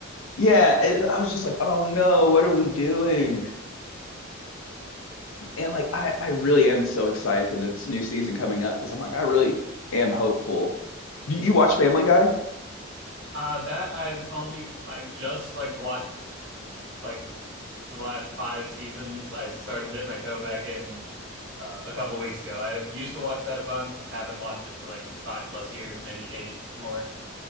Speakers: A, on the left; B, on the right.
A: yeah it, i was just like oh no what are we doing and like i i really am so excited for this new season coming up because i'm like i really am hopeful do you watch family guy
B: Uh, that I've only I've just like watched like the last five seasons. I started dip my toe back in uh, a couple weeks ago. I used to watch that a bunch. Haven't watched it for like five plus years, maybe eight more.